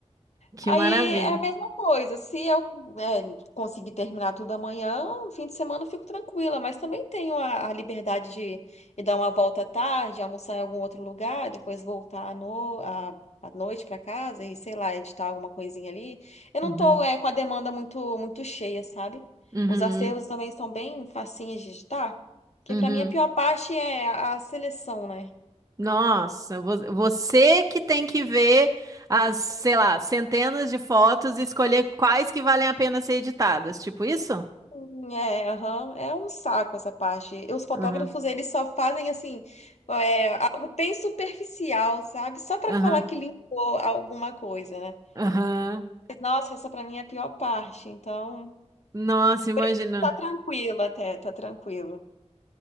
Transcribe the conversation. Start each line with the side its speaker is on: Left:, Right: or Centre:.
Right: que
Left: Aí
Right: maravilha.
Left: é a mesma coisa. Se eu, é, conseguir terminar tudo amanhã, no fim de semana eu fico tranquila, mas também tenho a, a liberdade de ir dar uma volta à tarde, almoçar em algum outro lugar, depois voltar à, no, à, à noite para casa e, sei lá, editar alguma coisinha ali. Eu
Right: Uhum.
Left: não tô, é, com a demanda muito, muito cheia, sabe?
Right: Uhum.
Left: Os acervos também são bem facinhos de editar, porque
Right: Uhum.
Left: para mim a pior parte é a a seleção, né?
Right: Nossa, vo- você que tem que ver as, sei lá, centenas de fotos e escolher quais que valem a pena ser editadas, tipo isso?
Left: Hum, É, aham. É um saco essa parte. Os fotógrafos,
Right: Aham,
Left: eles só fazem assim, é, algo bem superficial, sabe? Só pra
Right: aham,
Left: falar que limpou alguma coisa, né?
Right: aham.
Left: Nossa, essa pra mim é a pior parte. Então,
Right: Nossa, imagina.
Left: por enquanto tá tranquilo até, tá tranquilo.